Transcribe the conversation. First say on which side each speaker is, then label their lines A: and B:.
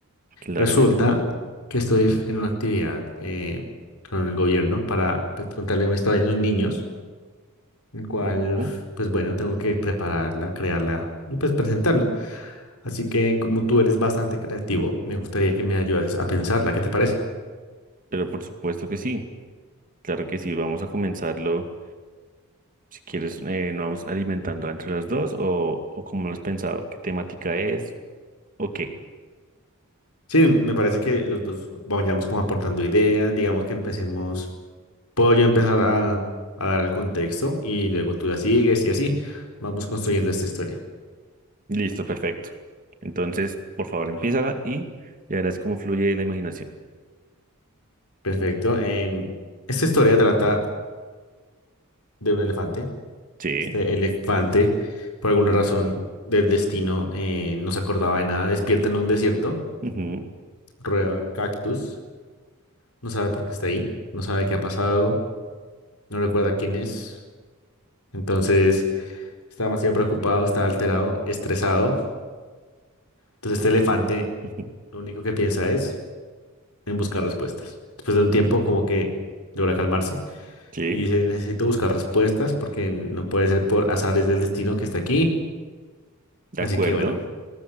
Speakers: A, on the right; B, on the left.
A: Claramente.
B: Resulta que estoy f- en una actividad eh, con el gobierno para pues, contarle una historia a los niños, el cual,
A: Ujú.
B: pues bueno, tengo que prepararla, crearla y pues presentarla. Así que como tú eres bastante creativo, me gustaría que me ayudases a pensarla. ¿Qué te parece?
A: Pero por supuesto que sí, claro que sí. Vamos a comenzarlo. Si quieres, eh, nos vamos alimentando entre los dos o, o cómo lo has pensado, qué temática es o qué.
B: Sí, me parece que los dos vayamos como aportando ideas, digamos que empecemos. puedo yo empezar a, a dar el contexto y luego tú la sigues y así vamos construyendo esta historia.
A: Listo, perfecto. Entonces, por favor, empiézala y ya verás cómo fluye la imaginación.
B: Perfecto. em, esta historia trata de un elefante.
A: Sí,
B: Este elefante, por alguna razón del destino, eh, no se acordaba de nada. Despierta en un desierto,
A: ujú,
B: rodeado de cactus. No sabe por qué está ahí, no sabe qué ha pasado, no recuerda quién es. Entonces está demasiado preocupado, está alterado, estresado. Entonces este elefante
A: ujú,
B: lo único que piensa es... en buscar respuestas. Después de un tiempo, como que logra calmarse
A: Sí,
B: y dice, necesito buscar respuestas porque no puede ser por azares del destino que está aquí.
A: de
B: Así
A: acuerdo.
B: que bueno,